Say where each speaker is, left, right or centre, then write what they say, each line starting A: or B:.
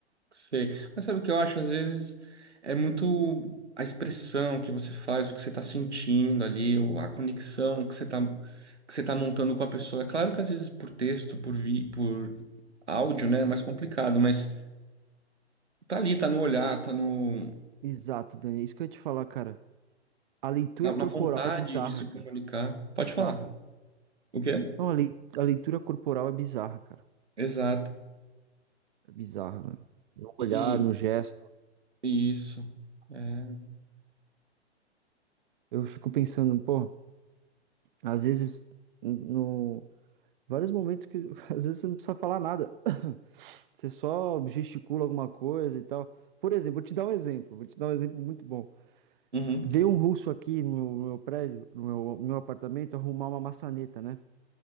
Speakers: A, on the right; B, on the right.
A: Sei. Mas sabe o que eu acho? Às vezes é muito a expressão que você faz, o que você está sentindo ali, ou a conexão que você está que você tá montando com a pessoa. É claro que às vezes por texto, por vi, por áudio, né, é mais complicado, mas tá ali, tá no olhar, tá no,
B: Exato, Dani, é isso que eu ia te falar, cara. A leitura
A: na,
B: corporal
A: na vontade
B: é bizarra,
A: de se comunicar.
B: cara.
A: Pode
B: Bizarra.
A: falar. O quê?
B: Não, a lei- a leitura corporal é bizarra, cara.
A: Exato.
B: É bizarra, mano. No
A: E,
B: olhar, no gesto.
A: e- isso. É.
B: Eu fico pensando, pô, às vezes, no vários momentos que <laughs> às vezes você não precisa falar nada. <coughs> Você só gesticula alguma coisa e tal. Por exemplo, vou te dar um exemplo, vou te dar um exemplo muito bom.
A: Uhum.
B: Veio um russo aqui no meu prédio, no meu, no meu apartamento, arrumar uma maçaneta, né?